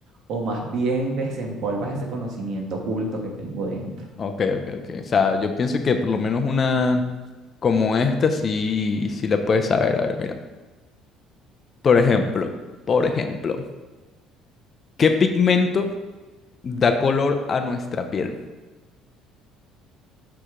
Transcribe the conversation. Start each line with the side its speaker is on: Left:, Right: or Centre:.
Right: o más bien desempolvas ese conocimiento oculto que tengo dentro.
Left: Ok, ok, ok. O sea, yo pienso que por lo menos una como esta sí, sí la puedes saber. A ver, mira. Por ejemplo, por ejemplo, ¿qué pigmento da color a nuestra piel?